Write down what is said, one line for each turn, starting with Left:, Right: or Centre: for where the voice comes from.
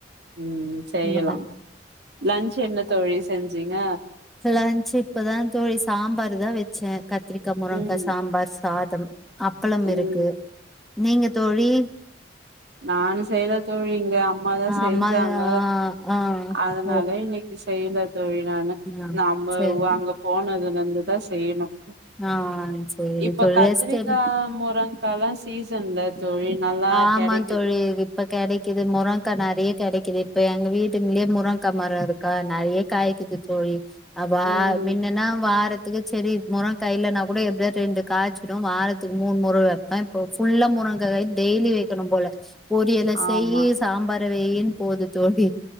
Right: ம் செய்யலாம்
Centre: ஆ
Right: லஞ்சு என்ன தோழி செஞ்சீங்க
Centre: லன்சு இப்பதான் தோழி சாம்பார் தான் வச்சேன் கத்திரிக்கா முருங்கக்காய
Right: ம்
Centre: சாம்பார் சாதம் அப்பளம்
Right: ம்
Centre: இருக்கு நீங்க தோழி
Right: நானு செய்யல தோழி இங்க அம்மாதான் செஞ்சாங்க
Centre: அம்மா ஆ ஆ
Right: அதனால
Centre: ஓகே
Right: இன்னை செய்யல தோழி நானு
Centre: ஆ
Right: நம்ம
Centre: சேரி
Right: அங்க போனதுல இருந்து தான் செய்யணும்
Centre: ஆ சேரி
Right: இப்ப
Centre: தோழி
Right: கத்திரிக்கா
Centre: ரெஸ்ட் எடு
Right: முறங்க கால்லாம் சீசன்ல தோழி நல்லா
Centre: ஆமா
Right: கெடைக்
Centre: தோழி இப்ப கெடைக்குது முரங்கா நறைய கெடைக்குது இப்ப எங்க வீட்டுலயே முரங் அக்க மரம் இருக்கா நறைய காய்க்குது தோழி அதுப்பா
Right: ம்
Centre: முன்னன்னா வாரத் துக்கு செடி இருக்கு முரங்கா இல்லனா கூட எப்டி யாது ரெண்டு காய்ச்சிடும் வாரத்துக்கு மூணு முரம் வைப்பேன் இப்ப புல்லா முரங்கை டெய்லி வைக்கணும் போல பொரியலை செய்யி
Right: ஆமா
Centre: சாம்பாரு வையினு போது தோழி